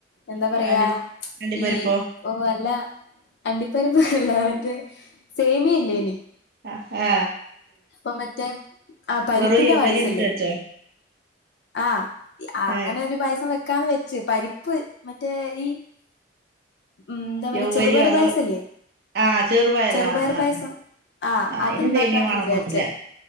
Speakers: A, on the left; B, on the right.
A: എന്താ പറയാ
B: അണ്ടി അണ്ടിപ്പരിപ്പോ
A: ഈ വല്ല അണ്ടിപ്പരുപല്ല മറ്റേ സേമി ഇല്ലേനി
B: ആ ആ
A: അപ്പ മറ്റേ ആ പരിപ്പിന്റെ
B: വെറും യൗവ്വരി
A: പായസല്ലേ
B: ഇട്ടിട്ട് വെച്ചോ
A: ആ
B: ഏഹ്
A: അങ്ങനെ ഒരു പായസം വെ ക്കാന്ന് വെച്ച് പരിപ്പ് മറ്റേ ഈ മം എന്താ പറയാ
B: യൗവ്വരിയോ
A: ചെറുപെറു
B: അതോ
A: പായസ്സല്ലേ
B: ആഹ് ചെറുപയറ്
A: ചെറുപയർ
B: ആഹ് ആഹ്
A: പായസം ആ
B: ആഹ്
A: അത്ണ്ടാക്കാം
B: അയിന് സേമിയ വേണന്നൊന്നുല്ല
A: വിചാരിച്ചേ